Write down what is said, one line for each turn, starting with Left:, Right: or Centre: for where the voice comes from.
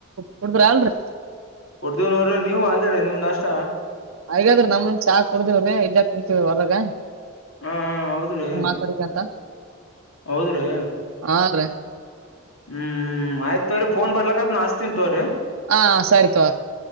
Right: ಕುಡದ್ರ ಅಲ್ರಿ
Left: ಕುಡ್ದ್ ನೋಡ್ರಿ ನೀವು ಹಾಗಗ್ಯಾರ ನಿಮ್ ನಾಷ್ಟ
Right: ಹಾಗೆದ್ರಿ ನಮ ನು ಚಾ ಕುಡದಿವವ್ರೀ ಇಲ್ಲೆ ಕುಂತವವಿ ಹೊರಗ
Left: ಹಾ ಹೌದ್ರಿ
Right: ಸುಮ್ ಮಾತಆಡಿಕಂತ
Left: ಹೌದ್ರಿ
Right: ಹಾ ರೀ
Left: ಹ್ಮ್ ಆಯ್ತವ್ರಿ ೋನ್ ಬರ್ಲಕ್ಕತ್ ನ ಅಸ್ತಿ ತಿನ್ಂತವ್ರಿ <unintelligible>
Right: ಹಾ ಸರಿ ತೂರಿ